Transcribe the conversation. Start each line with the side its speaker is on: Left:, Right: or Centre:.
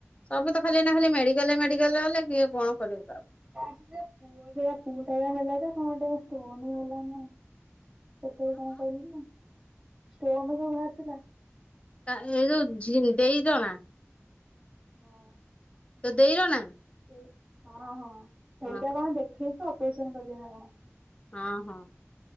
Left: ସବୁ ତ ଖାଲି ଏଇନା ଖାଲି ମେଡିକାଲ ମେଡିକାଲ ଗଲେ କିଏ କଣ କରିବୁ କାହାକୁ
Right: ପୁଅ ଟ ପୁଅ ଟା ହେଲା ନା କଣ ଗୋଟେ ଷ୍ଟୋନ ବାହାରିଲା ନା ସେତ କଣ କହିଲି ନା ଷ୍ଟୋନ ଯୋଉ ବାହାରିଥିଲା।
Left: ଏଇ ଯୋଉ ଝି ଦେଇର ନା
Right: ହଁ।
Left: ତୋ ଦେଇ ର ନା।
Right: ସେଇ ହଁ ହଁ ସେଇଟା
Left: ହଁ
Right: କଣ ଦେଖେଇକି ଅପରେସନ କରିବେ ନା କଣ?
Left: ହଁ ହଁ।